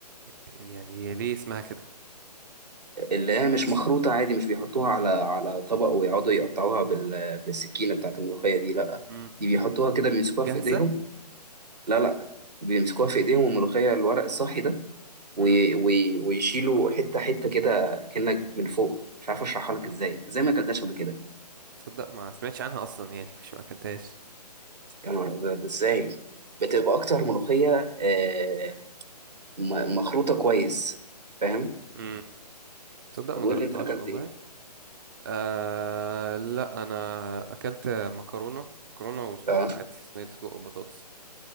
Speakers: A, on the right; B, on the right.
A: يعني هي ليه اسمها كده
B: اللي هي مش مخروطه عادي مش بيحطوها على على طبق ويقعدوا يقطعوها بال... بالسكينه بتاعت الملوخيه دي لا
A: مم.
B: دي بيحطوها كده بيمسكوها
A: جاهزة
B: في ايديهم لا لا بيمسكوها في ايديهم الملوخيه الورق الصحي ده وي...
A: مم.
B: وي... ويشيلوا حته حته كده كأنك من فوق مش عارف اشرحها لك ازاي إنت ازاي ما اكلتهاش قبل كده
A: تصدق ما سمعتش عنها أصلا يعني <laughs> مش ما أكلتهاش
B: يا نهار أبيض إزاي؟ بتبقى أكتر ملوخية آه، م- مخروطة كويس فاهم؟
A: مم. تصدق ما
B: طب قول
A: جربتهاش
B: لي أنت أكلت
A: والله
B: إيه؟
A: آه لا أنا أكلت مكرونة مكرونة وسجق
B: أه
A: عادي صينية سجق وبطاطس